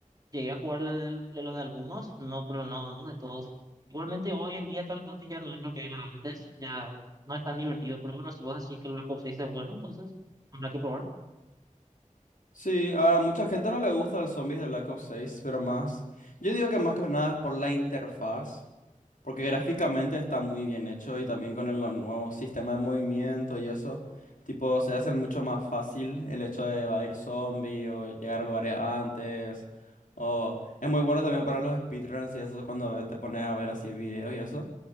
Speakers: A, on the right; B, on the left.
A: llegué a jugar la de los de algunos, no, pero no, no de todos. Igualmente hoy en día Call of Duty ya no es lo que era antes, ya no es tan divertido. Pero bueno, si vos decís que el Black Ops 6 es bueno, entonces habrá que probar.
B: Sí, ahora a mucha gente no le gusta el zombies de Black Ops seis pero más. Yo digo que más que nada por la interfaz, porque gráficamente está muy bien hecho y también con el nuevo sistema de movimiento y eso. Tipo, se hace mucho más fácil el hecho de evadir zombies o llegar a lugares antes. O es muy bueno también para los speedruns y eso cuando te pones a ver así videos y eso.